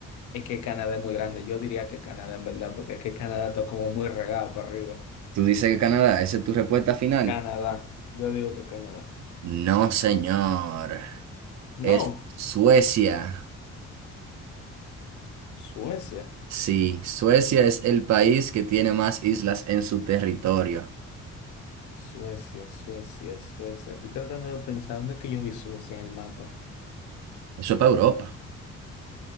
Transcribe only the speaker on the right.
Tú dices que Canadá, ¿esa es tu respuesta final?
No, señor. Es
Suecia.
Sí, Suecia es el país que tiene más islas en su territorio.
Eso es para Europa.